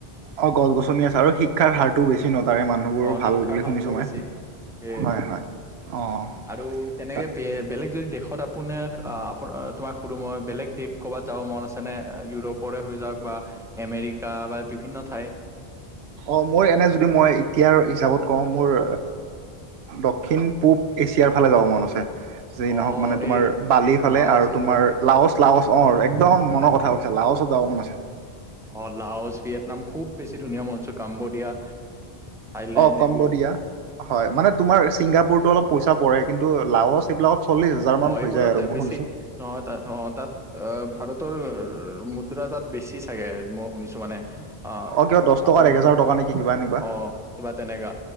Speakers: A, on the right; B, in the centre.
A: অ গছ গছনি আছে আৰু শিক্ষাৰ হাৰটো বেছি ন তাৰে মানুহ বোৰ
B: অ
A: ভাল
B: শিক্ষাৰ
A: বুলি
B: হাৰটোও
A: শুনিছো মই
B: বেছি সেয়ে
A: হয় হয় অ।
B: আৰু তেনেকে
A: ত
B: বে বেলেগ যদি দেশত আপোনাৰ আপোন তোমাক সুধো মই বেলেগ দেশ। ক'ৰবাত যাব মন আছেনে ইউৰোপৰে হৈ যাওক বা আমেৰিকা বা বিভিন্ন ঠাই।
A: অ মোৰ এনে যদি মই এতিয়াৰ হিচাপত কওঁ মোৰ দক্ষিণ পূৱ এছিয়াৰ ফালে যাব মন আছে। যিয়ে নহওক
B: অ
A: মানে তোমাৰ
B: এই
A: বালি ফালে
B: লাওচ
A: আৰু
B: এইবোৰ
A: তোমাৰ। লাওচ লাওচ অ আৰু একদম মনৰ কথা কৈছে লাওচত যাব মন আছে।
B: অ লাওচ ভিয়েটনাম খুব বেছি ধুনীয়া মঞ্চ কাম্বোডিয়া থাইলেণ্ড
A: অ কম্বোডিয়া।
B: এইবোৰ
A: হয় মানে তোমাৰ ছিংগাপুৰতো অলপ পইচা পৰে কিন্তু লাৱছ এইবিলাক চল্লিছ হাজাৰ মানত
B: অ
A: হৈ
B: এইবোৰত
A: যায় আৰু মই
B: বেছি
A: শুনিছো
B: অ তাত অ তাত আহ ভাৰতৰ মুদ্ৰা তাত বেছি চাগে মই শুনিছো মানে। অ
A: কিবা দহ
B: আপুনি
A: টকাত এক হেজাৰ টকা নেকি কিবা এনেকুৱা
B: অ কিবা তেনেকা।